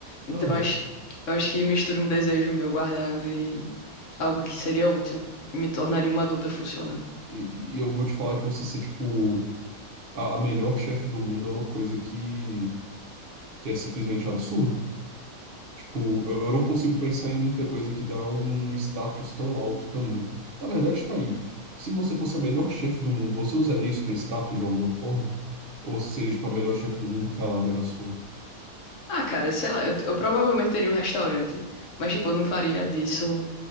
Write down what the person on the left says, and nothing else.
Então,
eu acho, eu acho que mistura um desejo meu guardado e algo que seria útil e me tornaria
uma adulta funcional.
Ah, cara, sei lá, eu, eu provavelmente teria um restaurante, mas, tipo, eu não faria disso